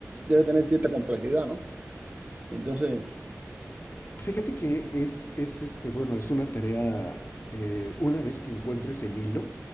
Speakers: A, on the right; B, on the left.
A: debe tener cierta complejidad, ¿no? Entonces,
B: Fíjate que es, es, este, bueno, es una tarea, eh, una vez que encuentras el hilo